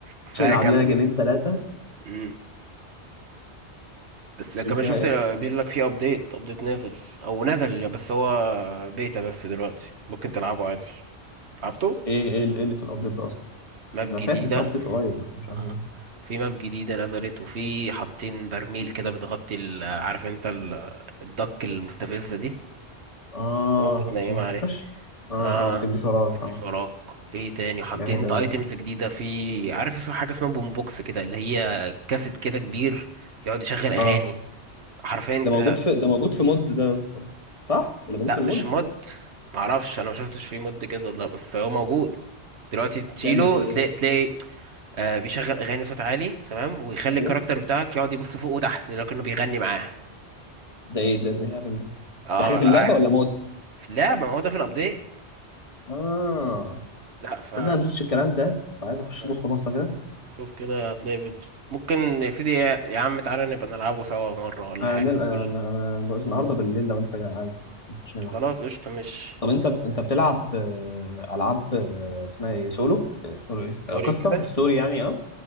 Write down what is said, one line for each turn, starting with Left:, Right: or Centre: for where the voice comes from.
Right: كفايه
Left: مش نلعب
Right: كام
Left: لها جيمين ثلاثه
Right: مم. بس لو
Left: تقول
Right: كمان
Left: فيها
Right: شفت
Left: ايه
Right: بيقول لك في ابديت ابديت نازل او نزل بس هو بيتا بس دلوقتي ممكن تلعبه عادي لعبته
Left: ايه ايه اللي إيه اللي في الابديت ده اصلا
Right: ماب
Left: انا
Right: جديده
Left: سمعت ان في ابديت قريب بس مش
Right: آه.
Left: عارف ايه
Right: في ماب جديدة نزلت وفي حاطين برميل كده بتغطي ال- عارف انت ال- الدك المستفزة دي
Left: اه
Right: بتنيم
Left: عشان ما
Right: عليه
Left: تنطش اه
Right: اه
Left: اه ما تجريش وراك اه
Right: شراك ايه تاني حاطين
Left: جامد
Right: انت
Left: قوي
Right: ايتمز جديدة في عارف اسمها حاجة اسمها بوم بوكس كده اللي هي كاسيت كده كبير يقعد يشغل اغاني
Left: اه
Right: حرفيا انت
Left: ده موجود في ده موجود في مود ده يا اسطى صح اللي موجود
Right: لا
Left: في المود
Right: مش مود معرفش انا ما شفتش فيه مود كده ولا لأ، بس هو موجود دلوقتي تشيله
Left: بيعمل ايه
Right: تلاقي
Left: يعني؟
Right: تلاقي آه بيشغل اغاني صوت عالي تمام ويخلي
Left: ايوه
Right: الكاركتر بتاعك يقعد يبص فوق وتحت لكنه بيغني معاه
Left: ده ايه ده ده اللعبه دي
Right: اه
Left: دي حاجه في
Right: لا
Left: اللعبه ولا مود
Right: في اللعبه ما هو ده في الابديت
Left: اه
Right: لا ف
Left: تصدق انا ما شفتش الكلام ده بقى عايز اخش
Right: لا.
Left: ابص بصه كده
Right: شوف كده هتلاقي فيديو ممكن يا سيدي يا يا عم تعالى نبقى نلعبه سوا مره ولا
Left: هنلقى
Right: حاجه
Left: أنا
Right: قول
Left: أنا بص النهاردة بالليل لو أنت جا- عايز مش هنلعب
Right: خلاص قشطه مش
Left: طب أنت أنت بتلعب آه، ألعاب آه، اسمها إيه سولو آه، اسمه إيه
Right: ستوري
Left: آه، قصة
Right: وكده
Left: ستوري يعني أه